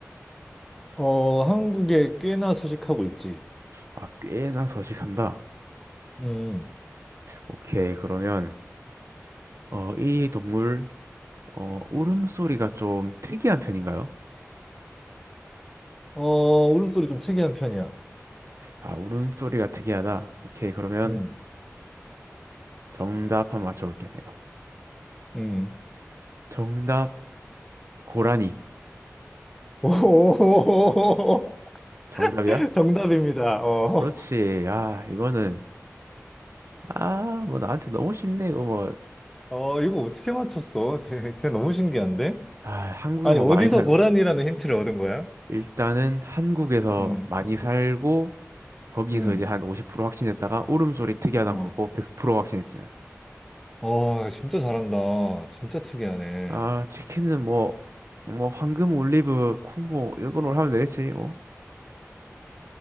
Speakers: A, in the centre; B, on the right.
A: 어, 한국에 꽤나 서식하고 있지.
B: 아, 꽤나 서식한다.
A: 음,
B: 오케이, 그러면, 어, 이 동물, 어, 울음소리가 좀 특이한 편인가요?
A: 어, 울음소리 좀 특이한 편이야.
B: 아, 울음소리가 특이하다. 오케이, 그러면
A: 음,
B: 정답 한 번 맞춰볼게, 내가.
A: 음.
B: 정답, 고라니.
A: 오,
B: 정답이야?
A: <laughs> 정답입니다. 어.
B: 그렇지. 아, 이거는, 아, 뭐 나한테 너무 쉽네, 이거 뭐.
A: 어, 이거 어떻게 맞췄어? 진- 진짜 너무 신기한데?
B: 아, 한국에
A: 아니,
B: 뭐
A: 어디서
B: 많이 살고.
A: 고란이라는 힌트를 얻은 거야?
B: 일단은 한국에서
A: 음,
B: 많이 살고, 거기서
A: 음,
B: 이제 한 50% 확신했다가, 울음소리 특이하다는
A: 어.
B: 거고, 100% 확신했지.
A: 어, 진짜 잘한다. 진짜 특이하네.
B: 아, 치킨은 뭐, 뭐, 황금 올리브 콤보, 이걸로 하면 되겠지, 뭐.